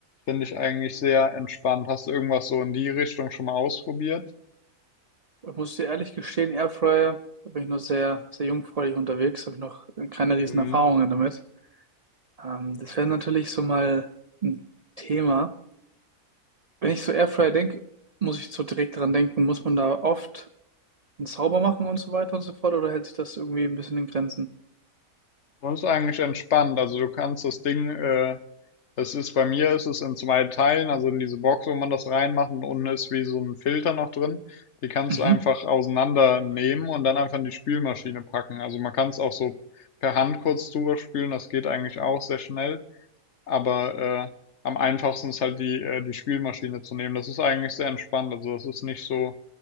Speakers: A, on the left; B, on the right.
A: Finde ich eigentlich sehr entspannt. Hast du irgendwas so in die Richtung schon mal ausprobiert?
B: Ich muss dir ehrlich gestehen, Airfryer, da bin ich noch sehr, sehr jungfräulich unterwegs, habe ich noch keine riesen
A: Mhm.
B: Erfahrungen damit. Ähm, das wäre natürlich so mal ein Thema. Wenn ich so Airfryer denke, muss ich so direkt dran denken, muss man da oft einen Zauber machen und so weiter und so fort, oder hält sich das irgendwie ein bisschen in Grenzen?
A: Das ist eigentlich entspannt, also du kannst das Ding äh, Es ist bei mir ist es in zwei Teilen, also in diese Box, wo man das reinmacht und unten ist wie so ein Filter noch drin. Die kannst
B: Mhm.
A: du einfach auseinandernehmen und dann einfach in die Spülmaschine packen. Also man kann es auch so per Hand kurz drüber spülen, das geht eigentlich auch sehr schnell. Aber äh, am einfachsten ist halt die, äh, die Spülmaschine zu nehmen. Das ist eigentlich sehr entspannt, also das ist nicht so